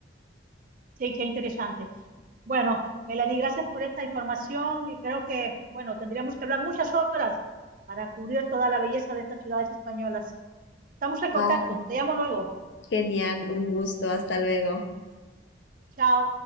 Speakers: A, on the right (about 50°); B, on the left (about 85°).
A: Sí, qué interesante. Bueno, Melanie, gracias por esta información y creo que, bueno, tendríamos que hablar muchas horas para cubrir toda la belleza de estas ciudades españolas. Estamos en contacto,
B: Ah,
A: te llamo luego.
B: genial, un gusto, hasta luego.
A: Chao.